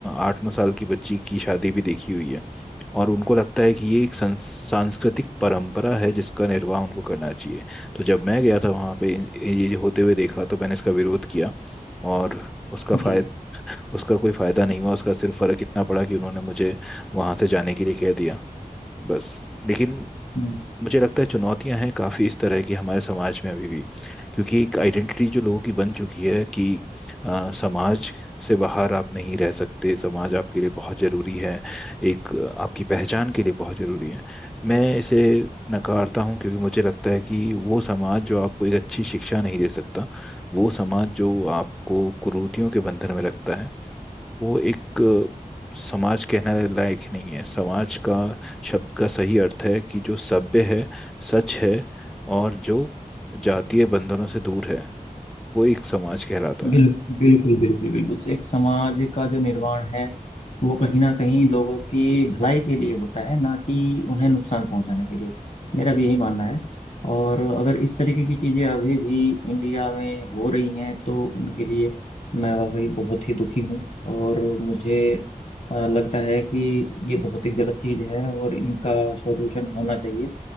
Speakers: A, in the centre; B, on the left.
A: आठ नौ साल की बच्ची की शादी भी देखी हुई है और उनको लगता है कि ये एक संस- सांस्कृतिक परंपरा है जिसका निर्वाह उनको करना चाहिए तो जब मैं गया था वहाँ पे इन- ये होते हुए देखा तो मैंने इसका विरोध किया और उसका फायदा
B: जी
A: उसका कोई फायदा नहीं हुआ उसका सिर्फ फर्क इतना पड़ा कि उन्होंने मुझे वहां से जाने के लिए कह दिया बस लेकिन
B: हम्म
A: मुझे लगता है चुनौतियां हैं काफ़ी इस तरह की हमारे समाज में अभी भी क्योंकि एक आइडेंटिटी जो लोगों की बन चुकी है कि अ, समाज से बाहर आप नहीं रह सकते समाज आपके लिए बहुत ज़रूरी है एक अ, आपकी पहचान के लिए बहुत ज़रूरी है मैं इसे नकारता हूँ क्योंकि मुझे लगता है कि वो समाज जो आपको एक अच्छी शिक्षा नहीं दे सकता वो समाज जो आपको कुरीतियों के बंधन में रखता है वो एक अ, समाज कहने लायक ही नहीं है समाज का शब्द का सही अर्थ है कि जो सभ्य है सच है और जो जातीय बंधनों से दूर है वो एक समाज कहलाता
B: बिल,
A: है
B: बिल्कुल बिल्कुल बिल्कुल एक समाज का जो निर्माण है वो कहीं ना कहीं लोगों की भलाई के लिए होता है ना कि उन्हें नुकसान पहुंचाने के लिए मेरा भी यही मानना है और अगर इस तरीके की चीजें अभी भी इंडिया में हो रही हैं तो उनके लिए मैं वाकई बहुत ही दुखी हूँ और मुझे अ, लगता है कि ये बहुत ही गलत चीज है और इनका सॉल्यूशन होना चाहिए